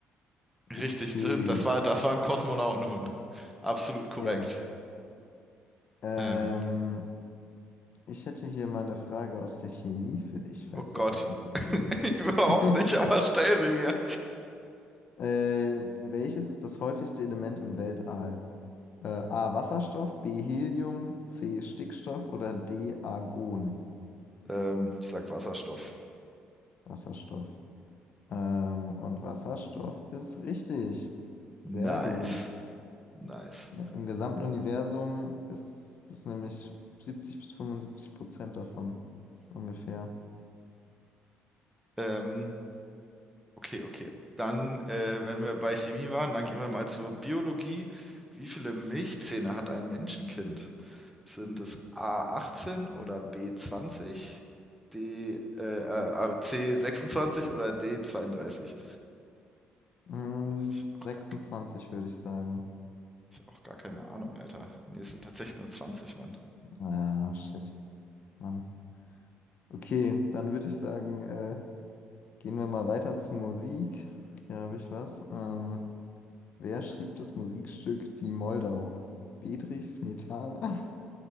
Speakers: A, in the centre; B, on the left.
A: Richtig,
B: okay,
A: das war, das war ein Kosmonautenhund. Absolut korrekt.
B: ja. Ähm,
A: Äh,
B: ich hätte hier mal eine Frage aus der Chemie für dich, falls
A: oh Gott,
B: dich das interessiert.
A: <laughs> überhaupt
B: <laughs>
A: nicht, aber stell sie mir.
B: Äh, welches ist das häufigste Element im Weltall? Äh, A. Wasserstoff, B. Helium, C. Stickstoff oder D. Argon.
A: Ähm, ich sag Wasserstoff.
B: Wasserstoff. Ähm, und Wasserstoff ist richtig.
A: Nice,
B: Sehr gut.
A: nice.
B: Im gesamten Universum ist das nämlich 70 bis 75 Prozent davon. Ungefähr.
A: Ähm, okay, okay. Dann, äh, wenn wir bei Chemie waren, dann gehen wir mal zur Biologie. Wie viele Milchzähne hat ein Menschenkind? Sind es A18 oder B20, D, äh, äh, C26 oder D32?
B: Mm,
A: Boah, ich hab
B: 26
A: auch gar
B: würde ich sagen.
A: Ich hab auch gar keine Ahnung, Alter. Nee, es sind tatsächlich nur zwanzig, Mann.
B: Ah, shit, Mann. Okay, dann würde ich sagen, äh, gehen wir mal weiter zu Musik. Hier habe ich was. Ähm, Wer schrieb das Musikstück Die Moldau? Bedřich Smetana